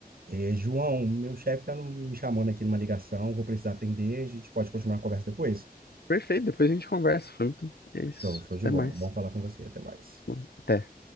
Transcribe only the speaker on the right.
É, João, meu chefe está me chamando aqui numa ligação, vou precisar atender, a gente pode continuar a conversa depois?
Show, show
de bola.
Bom falar com você, até mais.